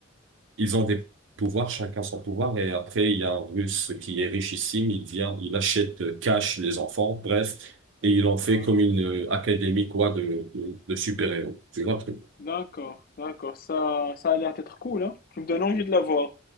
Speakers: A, on the right; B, on the left.
A: Ils ont des pouvoirs, chacun son pouvoir. Et après, il y a un Russe qui est richissime. Il vient, il achète euh, cash les enfants, bref. Et il en fait
B: Ouais.
A: comme une euh, académie, quoi, de, de, de super-héros. Tu vois le truc.
B: D'accord, d'accord. Ça, ça a l'air d'être cool, hein? Tu me donnes envie de la voir.